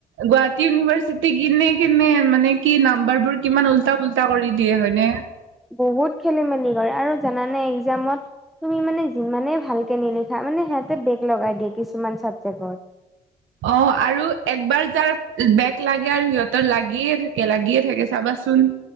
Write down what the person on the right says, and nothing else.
গুৱাহাটী ইউনিভাৰ্চিটি কিনে কিনে মানে কি নাম্বাৰ বোৰ কিমান উল্টা পুল্টা কৰি দিয়ে হয়নে।
অ' আৰু একবাৰ যাৰ বেগ লাগে আৰু সিহঁতৰ লাগিয়ে থাকে লাগিয়ে থাকে চাবাচোন।